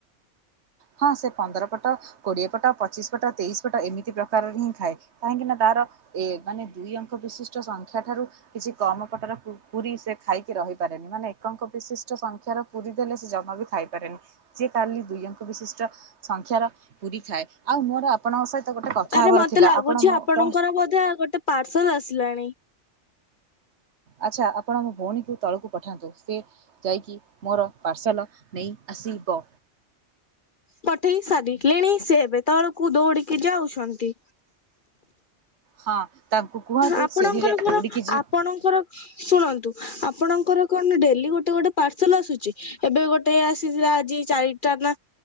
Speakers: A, on the right; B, on the left.
A: ହଁ ସେ ପନ୍ଦର ପଟ କୋଡିଏ ପଟ ପଚିଶି ପଟ ତେଇଶ ପଟ ଏମିତି ପ୍ରକାରରେ ହିଁ ଖାଏ। କାହିଁକି ନା ତାର ଏ ମାନେ ଦୁଇ ଅଙ୍କ ବିଶିଷ୍ଟ ସଂଖ୍ୟା ରୁ କିଛି କମ ପଟାର ପୁରୀ ସେ ଖାଇକି ରହିପାରେନି ମାନେ ଏକଙ୍କ ବିଶିଷ୍ଟ ସଂଖ୍ୟାର ପୁରୀ ଦେଲେ ସେ ଜମା ବି ଖାଇପାରେନି ଯିଏ ଟାଲି ଦୁଇଙ୍କ ବିଶିଷ୍ଟ ସଂଖ୍ୟାର ପୁରୀ ଥାଏ। ଆଉ ମୋର ଆପଣଙ୍କ ସହିତ ଗୋଟେ କଥା
B: ଆରେ
A: ହେବାର
B: ମତେ
A: ଥିଲା
B: ଲାଗୁଛି
A: ଆପଣ ମୋ
B: ଆପଣଙ୍କର
A: କ
B: ବୋଧେ ଗୋଟେ ପାର୍ସଲ ଆସିଲାଣି।
A: ଆଚ୍ଛା ଆପଣ ଆମ ଭଉଣୀକୁ ତଳକୁ ପଠାନ୍ତୁ ସେ ଯାଇକି ମୋର ପାର୍ସଲ ନେଇ ଆସିବ।
B: ପଠେଇ ସାରି ଲେଣେଇ ସେ ଏବେ ତଳକୁ ଦୌଡିକି ଯାଉଛନ୍ତି।
A: ହଁ ତାଙ୍କୁ କୁହନ୍ତୁ
B: ଆପଣଙ୍କର
A: ସିଢ଼ିରେ
B: କଣ
A: ଦୌଡ଼ିକି ଯିବ
B: ଆପଣଙ୍କର ଶୁଣନ୍ତୁ ଆପଣଙ୍କର କଣ ଡେଲି ଗୋଟେ ଗୋଟେ ପାର୍ସଲ ଆସୁଛି ଏବେ ଗୋଟେ ଗୋଟେ ଆସିଥିଲା ଆଜି ଚାରିଟା ନା